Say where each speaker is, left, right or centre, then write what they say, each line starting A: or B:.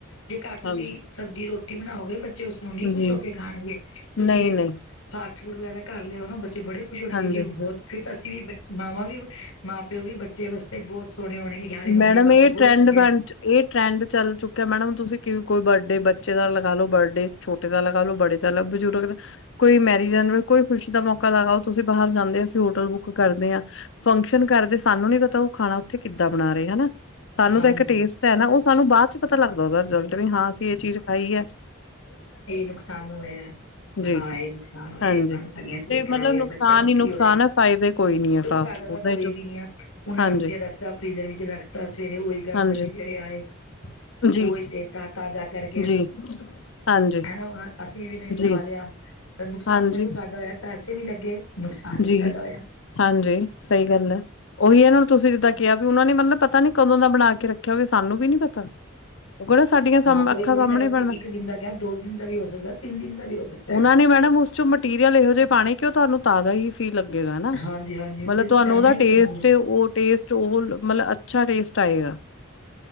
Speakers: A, on the left; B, on the left.
A: ਜੇ ਘਰ ਤੁਸੀਂ
B: ਹਾਂਜੀ।
A: ਸਬਜ਼ੀ ਰੋਟੀ ਬਣਾਓਗੇ ਬੱਚੇ ਬੱਚੇ ਉਸਨੂੰ ਨੀ ਖੁਸ਼
B: ਜੀ,
A: ਹੋਕੇ ਖਾਣਗੇ, ਤੁਸੀਂ
B: ਨਹੀਂ-ਨਹੀਂ
A: ਇਹ ਫਾਸਟ-ਫੂਡ ਵਗੈਰਾ ਘਰ ਲਿਆਓ ਨਾ ਬੱਚੇ ਬੜੇ ਖੁਸ਼ ਹੋਣਗੇ
B: ਹਾਂਜੀ।
A: ਕਿ ਬਹੁਤ, ਫਿਰ ਤਾਂ ਅਸੀਂ ਵੀ ਬ ਮਾਵਾਂ ਵੀ, ਮਾਂ-ਪਿਓ ਵੀ ਬੱਚੇ ਵਾਸਤੇ, ਬਹੁਤ ਸੋਹਣੇ ਹੋਣਗੇ। ਕਿ ਹਾਂ ਮੰਮੀ
B: ਮੈਡਮ
A: ਪਾਪਾ
B: ਇਹ
A: ਬਹੁਤ
B: ਟਰੈਂਡ
A: ਚੰਗੇ
B: ਬਣ
A: ਆ
B: ਇਹ ਟਰੈਂਡ ਚੱਲ ਚੁੱਕਿਆ ਮੈਡਮ ਤੁਸੀਂ, ਕਿ ਕੋਈ ਬਰਡੇ ਬੱਚੇ ਦਾ ਲਗਾ ਲਓ, ਬਰਡੇ ਟ ਦਾ ਲਗਾਲੋ, ਬੜੇ ਦਾ, ਬਜ਼ੁਰਗ ਦਾ ਕੋਈ ਮੈਰਿਜਨ, ਕੋਈ ਖੁਸ਼ੀ ਦਾ ਮੌਕਾ ਲਗਾਓ, ਤੁਸੀਂ ਬਾਹਰ ਜਾਂਦੇ ਹੋ, ਅਸੀਂ ਹੋਟਲ ਬੁੱਕ ਕਰਦੇ ਹਾਂ। ਫੰਕਸ਼ਨ ਕਰਦੇ ਸਾਨੂੰ ਨੀ ਪਤਾ ਉਹ ਖਾਣਾ ਉੱਥੇ ਕਿੱਦਾਂ ਬਣਾ ਰਹੇ ਹਨਾ। ਸਾਨੂੰ
A: ਹਾਂਜੀ
B: ਤਾਂ ਇੱਕ ਟੇਸਟ ਨਾ, ਉਹ ਸਾਨੂੰ ਬਾਅਦ'ਚ ਪਤਾ ਲੱਗਦਾ ਉਹਦਾ ਰਿਜਲਟ, ਵੀ ਹਾਂ ਅਸੀਂ ਇਹ ਚੀਜ਼ ਖਾਈ ਐ।
A: ਏ ਨੁਕਸਾਨ ਹੋਇਆ।
B: ਜੀ
A: ਹਾਂ ਇਹ ਨੁਕਸਾਨ ਹੋਇਆ,
B: ਹਾਂਜੀ
A: ਇਸ ਨਾਲ ਸਾਡੀਆਂ ਸਿਹਤ
B: ਤੇ
A: ਖਰਾਬ
B: ਮਤਲਬ
A: ਹੋਈਆ,
B: ਨੁਕਸਾਨ
A: ਬੱਚਿਆਂ ਨੂੰ
B: ਹੀ ਨੁਕਸਾਨ
A: ਕੀ ਹੋਇਆ।
B: ਹੈ ਫਾਇਦੇ ਕੋਈ ਨੀ ਹੈ
A: ਦੇਖੋ
B: ਫਾਸਟ
A: ਫਾਇਦਾ
B: ਫੂਡ
A: ਤਾਂ ਕੋਈ
B: ਦੇ
A: ਵੀ ਨਹੀ ਆ, ਉਹਨਾਂ
B: ਹਾਂਜੀ
A: ਨੇ ਉੱਥੇ ਰੱ ਫ੍ਰੀਜ਼ਰ ਵਿੱਚ ਰੱਖਤਾ, ਸਵੇਰੇ ਉਹੀ ਗਰਮ
B: ਹਾਂਜੀ
A: ਕਰਕੇ ਜਿਹੜੇ ਆਏ,
B: ਜੀ
A: ਉਹੀ ਦੇਤਾ ਤਾਜਾ ਕੇ ਕਰਕੇ
B: ਜੀ ਹਾਂਜੀ,
A: ਹਨਾ ਹੁਣ ਅਸੀਂ ਵੀਨੇ ਵੀ
B: ਜੀ,
A: ਖਾਲਿਆ, ਤੇ ਨੁਕਸਾਨ
B: ਹਾਂਜੀ,
A: ਤਾਂ ਦੇਖੋ ਸਾਡਾ ਹੋਇਆ। ਪੈਸੇ ਵੀ ਲੱਗੇ ਨੁਕਸਾਨ ਵੀ
B: ਜੀ,
A: ਸਾਡਾ ਹੋਇਆ।
B: ਹਾਂਜੀ, ਸਹੀ ਗੱਲ ਐ। ਉਹੀ ਏ ਨਾਂ ਨੂੰ ਤੁਸੀਂ ਜਿੱਦਾਂ ਕਿਆ, ਵੀ ਉਹਨਾਂ ਨੇ ਮਤਲਬ ਪਤਾ ਨੀ ਕਦੋਂ ਦਾ ਬਣਾਕੇ ਰੱਖਿਆ ਹੋਵੇ, ਸਾਨੂੰ ਵੀ ਨੀ ਪਤਾ। ਉਹ ਕਿਹੜਾ ਸਾਡੀਆਂ ਸ,
A: ਹਾਂ ਕੋਈ
B: ਅੱਖਾਂ
A: ਥੋੜੀ
B: ਸਾਹਮਣੇ
A: ਮੈਂ ਤਾਂ
B: ਪੈਣਾ।
A: ਇੱਕ ਦਿਨ ਦਾ ਕਿਹਾ ਦੋ ਦਿਨ ਦਾ ਵੀ ਹੋ ਸਕਦਾ ਤਿੰਨ ਦਿਨ ਦਾ ਵੀ ਹੋ ਸਕਦਾ
B: ਉਹਨਾਂ
A: ਹੈ
B: ਨੇ ਮੈਡਮ ਉਸ ਓ'ਚ ਮਟੀਰੀਅਲ ਇਹੋ ਜਹੇ ਪਾਣੇ ਕਿ, ਓ ਤੁਹਾਨੂੰ ਤਾਜ਼ਾ ਹੀ ਲੱਗੇਗਾ ਹਨਾ,
A: ਹਾਂਜੀ ਹਾਂਜੀ ਉਸੇ
B: ਮਤਲਬ
A: ਚ
B: ਤੁਹਾਨੂੰ
A: ਪੈਣਾ
B: ਉਹਦਾ
A: ਹੀ ਇਸ
B: ਟੇਸਟ
A: ਤਰ੍ਹਾਂ ਦੀ ਹੈ।
B: ਏ, ਉਹ ਟੇਸਟ ਉਹ, ਮਤਲਬ ਅੱਛਾ ਟੇਸਟ ਆਏਗਾ।